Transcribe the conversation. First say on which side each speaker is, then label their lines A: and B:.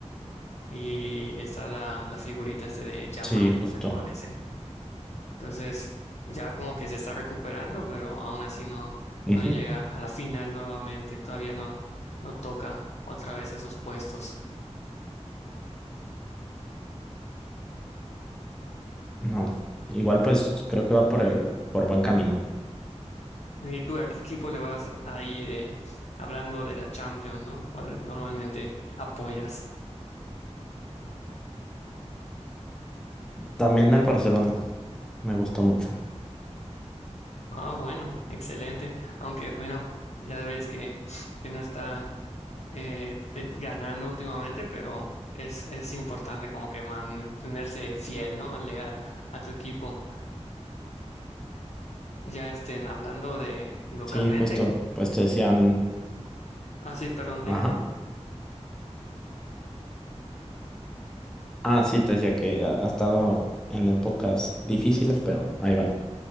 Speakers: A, on the left; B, in the centre.
A: Y está la, la figurita este de Yamal,
B: Sí, justo.
A: me parece. Entonces, ya como que se está recuperando, pero aún así no,
B: Ujú,
A: no llega a la final nuevamente. Todavía no, no toca otra vez esos puestos.
B: No. Igual pues creo que va por el, por buen camino.
A: ¿Y tú a qué equipo le vas ahí de hablando de la Champions, ¿no? ¿Cuál normalmente apoyas?
B: También al Barcelona, me gustó mucho.
A: Ah, bueno, excelente. Aunque bueno, ya ves que, que no está eh, ten- ganando últimamente, pero es, es importante como que mantenerse fiel, ¿no? Legal a tu equipo. Ya estén hablando de localmente.
B: Sí, justo, pues te decían,
A: Ah, sí, perdón, diga.
B: ajá. Ah, sí, te decía que ha ha estado en épocas difíciles, pero ahí van.